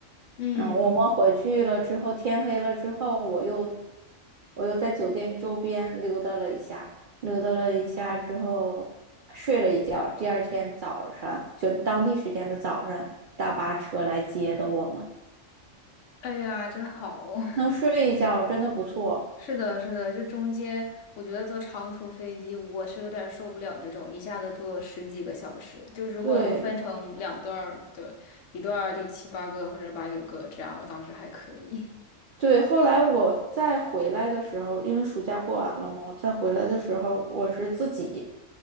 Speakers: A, on the left (about 70°); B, on the right (about 65°).
A: 嗯，
B: 然后我们回去了之后，天黑了之后，我又我又在酒店周边溜达了一下，溜达了一下之后睡了一觉。第二天早上，就当地时间的早上，大巴车来接的我们，
A: 哎呀，真好。<laughs>
B: 能睡一觉真的不错。
A: 是的，是的，就中间，我觉得坐长途飞机我是有点受不了那种一下子坐十几个小时。就如果能分成两段儿，
B: 对
A: 对，一段儿就七八个或者八九个这样，我倒是还可以。
B: 对，后来我再回来的时候，因为暑假过完了嘛，我再回来的时候，我是自己